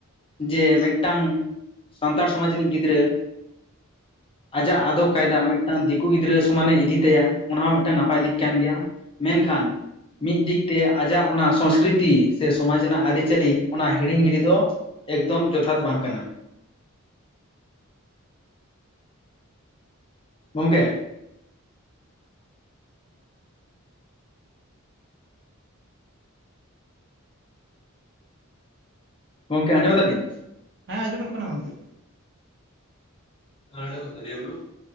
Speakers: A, on the left; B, on the right.
A: ᱡᱮ ᱢᱤᱫᱴᱟᱝ ᱥᱟᱱᱛᱟᱲ ᱥᱚᱢᱟᱡᱽ ᱨᱤᱱᱤᱡ ᱜᱤᱫᱽᱨᱟᱹ
B: <inaudible>
A: ᱟᱡᱟᱜ ᱟᱫᱚᱵ ᱠᱟᱭᱫᱟ ᱢᱤᱫᱴᱟᱝ ᱫᱤᱠᱩ ᱜᱤᱫᱽᱨᱟᱹ ᱥᱚᱢᱟᱱᱮ ᱤᱫᱤ ᱛᱟᱭᱟ ᱚᱱᱟ ᱦᱚᱸ ᱢᱤᱫᱴᱟᱝ ᱱᱟᱯᱟᱭ ᱫᱤᱠ ᱠᱟᱱ ᱜᱮᱭᱟ ᱢᱮᱱᱠᱷᱟᱱ ᱢᱤᱫ ᱫᱤᱠ ᱛᱮ ᱟᱡᱟᱜ ᱚᱱᱟ ᱥᱚᱝᱥᱠᱨᱤᱛᱤ ᱥᱮ ᱥᱚᱢᱟᱡᱽ ᱨᱮᱱᱟᱜ ᱟᱹᱨᱤᱪᱟᱹᱞᱤ ᱚᱱᱟ ᱦᱤᱲᱤᱧ ᱜᱤᱰᱤ ᱫᱚ ᱮᱠᱫᱚᱢ ᱡᱚᱛᱷᱟᱛ ᱵᱟᱝ ᱠᱟᱱᱟ᱾ ᱜᱚᱝᱠᱮ ᱜᱚᱢᱠᱮ ᱟᱸᱡᱚᱢ ᱫᱟᱵᱤᱱ
B: ᱦᱮᱸ ᱟᱸᱡᱚᱢᱚᱜ ᱠᱟᱱᱟ ᱜᱚᱝᱠᱮ
A: <unintelligible>